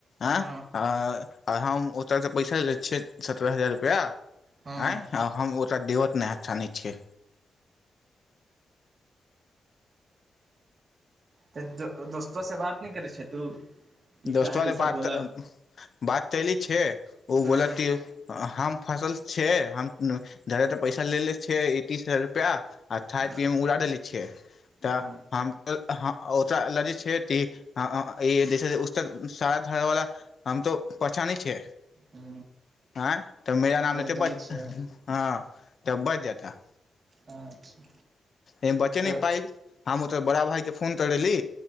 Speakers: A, on the left (about 55°); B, on the right (about 45°).
A: आँ
B: हँ
A: आ आ हम ओतऽसँ पैसा लेने छियै सत्ररह हजार रुपैआ
B: हँ
A: आँय हम ओर देवत नहि छान छियै
B: तऽ दोस्तो से बात नहि करै छै तू ई
A: दोस्तवा
B: काहे ऐसा
A: बात
B: बोला
A: बात कल छै ओ
B: हँ
A: बोला की हम फसल छियै हमर त पैसा लेलेे छियै ई तीस हजार रुपैआ आ खाय
B: हँ
A: पियैमे उड़ा दे छियै तऽ
B: हँ
A: हम ओतरा लऽ जाइ छियै तऽ ई जैसे उ त सारा धर वालला हम तो पहचानेय छिय
B: ह
A: ऐं तऽ मेरा नाम
B: तब
A: लेत
B: जानै
A: ब
B: छै
A: हँ तब बच जेता
B: हँ अच्छा
A: ए बचने
B: तऽ
A: पाइल हम ओतो बड़ा भाइके फोन करेली